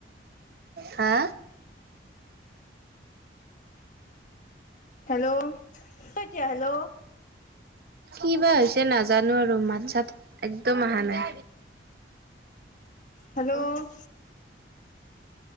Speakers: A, on the right; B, on the left.
A: হা।
B: Hello hello.
A: কি বা হৈছে নাজানো আৰু মাত চাত একদম অহা নাই।
B: হেল্ল'
A: উ